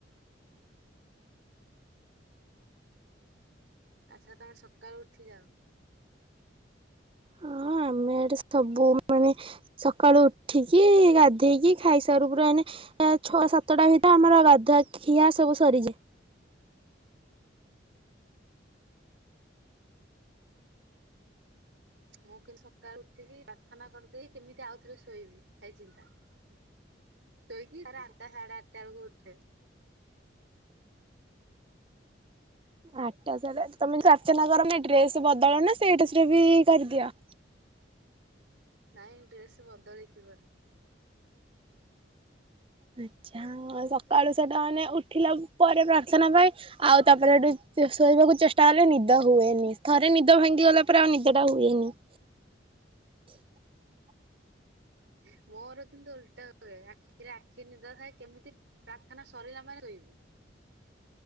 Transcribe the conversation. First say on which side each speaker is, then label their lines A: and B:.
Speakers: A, on the right; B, on the right.
A: ଆଚ୍ଛା ତମେ ସକାଳୁ ଉଠିଯାଅ?
B: ହଁଅଅ ଆମେ ଏଠି ସବୁ ମାନେ ସକାଳୁ ଉଠିକି ଗାଧେଇକି ଖାଇସାରୁ ପୁରା ମାନେ ଛଅ ସାତଟା ଭିତରେ ଆମର ଗାଧୁଆ ଖିଆ ସବୁ ସରିଯାଏ।
A: <unintelligible> ମୁଁ କିନ୍ତୁ ସକାଳୁ ଉଠିକି ପ୍ରାର୍ଥନା କରିଦେଇ କେମିତି ଆଉଥରେ ଶୋଇବି, ସେଇ ଚିନ୍ତା। ଶୋଇକି ତାପରେ ଆଠଟା ସାଢେଆଠଟା ବେଳକୁ ଉଠେ।
B: ଆଠଟା ସାଢେଆଠଟା ତମେ ପାର୍ଥନା କରନି ଡ୍ରେସ ବଦଳାଅ ନା ସେଇ ଡ୍ରେସରେ ବି କରିଦିଅ?
A: ନାଇଁ ଡ୍ରେସ୍ ବଦଳେଇକିି କରେ।
B: ଆଛାଆ, ସକାଳୁ ସେଟା ମାନେ ଉଠିଲା ପରେ ପ୍ରାର୍ଥନା ପାଇଁ ଆଉ ତାପରେ ସେଠୁ ଚେ ଶୋଇବାକୁ ଚେଷ୍ଟା କଲେ ନିଦ ହୁଏନି ଥରେ ନିଦ ଭାଙ୍ଗି ଗଲା ପରେ, ଆଉ ନିଦଟା ହୁଏନି। <inaudible>
A: <inaudible> ମୋର କିନ୍ତୁ ଓଲଟା ହୁଏ ଆଖିରେ ଆଖିଏ ନିଦ ଥାଏ କେମିତି ପ୍ରାର୍ଥନା ସରିଲା ମାନେ ଶୋଇିବି।